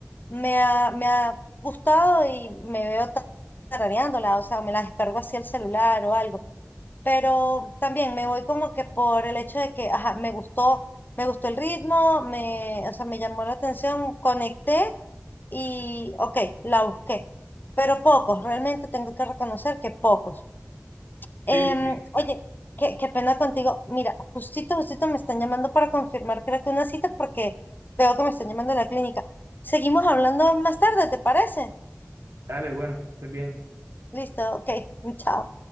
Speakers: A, on the left; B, on the right.
A: me ha, me ha gustado y me veo ta- tarareándola, o sea, me la descargo así al celular o algo. pero también me voy como que por el hecho de que, ajá, me gustó, me gustó el ritmo, me, o sea, me llamó la atención, conecté y, ok, la busqué, pero pocos, realmente tengo que reconocer que pocos.
B: Sí,
A: Em,
B: sí.
A: oye, qué, qué pena contigo, mira, justito, justito me están llamando para confirmar, creo que una cita porque veo que me están llamando de la clínica. Seguimos hablando más tarde, ¿te parece?
B: Dale, bueno, que estés bien.
A: Listo, ok, <laughs> chao.